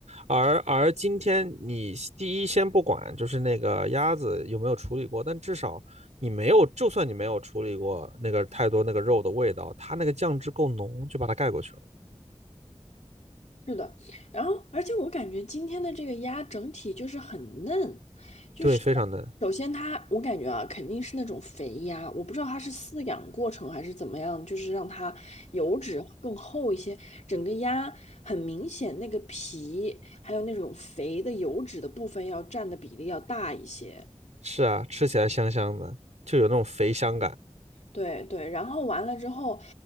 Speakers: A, on the right (about 80°); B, on the left (about 80°).
A: 而而今天你第一先不管就是那个鸭子有没有处理过，但至少你没有，就算你没有处理过那个太多那个肉的味道，它那个酱汁够浓，就把它盖过去了。
B: 是的，然后而且我感觉今天的这个鸭整体就是很嫩，就是
A: 对，非常嫩。
B: 首先它我感觉啊肯定是那种肥鸭，我不知道它是饲养过程还是怎么样，就是让它油脂更厚一些，整个鸭很明显那个皮还有那种肥的油脂的部分要占的比例要大一些，
A: 是啊，吃起来香香的，就有那种肥香感。
B: 对对，然后完了之后，